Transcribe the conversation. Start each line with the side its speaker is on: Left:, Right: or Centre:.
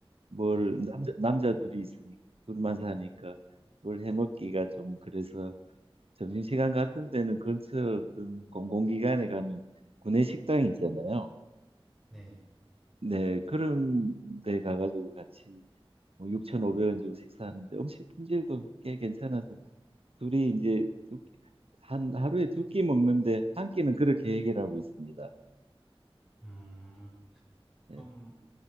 Right: 뭘
Centre: 네,
Right: 남자 남자 둘이 있으니까 둘만 사니까 뭘 해먹기가 좀 그래서 점심시간 같은 데는 근처 어떤 공공기관에 가면 구내 식당이 있잖아요.
Centre: 네.
Right: 네, 그런 데 가가지고 같이 뭐 6,500원 주고 식사하는데 음식 품질도 꽤 괜찮아서 둘이 이제 두 끼- 한 하루에 두 끼 먹는데 한 끼는 그렇게 해결하고 있습니다.
Centre: 음, 그럼
Right: 네.